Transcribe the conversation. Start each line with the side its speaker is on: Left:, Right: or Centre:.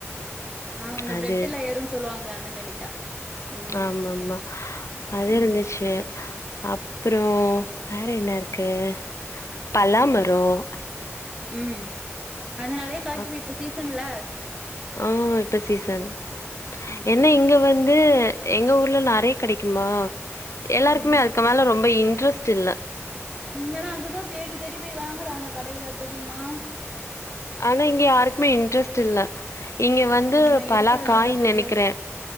Right: ஆமா அந்த
Left: அது
Right: பிளட்ல ஏறும்னு சொல்லுவாங்களே அந்த நெல்லிக்கா ம்
Left: ஆமாமா அது
Right: ம்
Left: இருந்துச்சு அப்புறம் வேற என்ன இருக்கு பலா மரம்
Right: ம் அது நறையா காய்குமே
Left: அப்
Right: இப்ப சீசன்ல
Left: ஆ இப்ப சீசன்
Right: ம்
Left: என்ன இங்க வந்து எங்க ஊர்ல நறைய கிடைக்குமா எல்லாருக்குமே
Right: ம்
Left: அதுக்கு மேல ரொம்ப இன்ட்ரெஸ்ட் டுல் ல
Right: இங்கல்லாம் அதுதான் தேடி தேடி போய் வாங்குறாங்க கடையில தெரியுமா
Left: ஆனா இங்க யாருக்குமே இன்டரஸ்ட் இல்ல இங்க வந்து
Right: ஆமா
Left: பலாக்காய்
Right: இருக்கிறதுனால தெரியாது
Left: நினைக்கிறேன்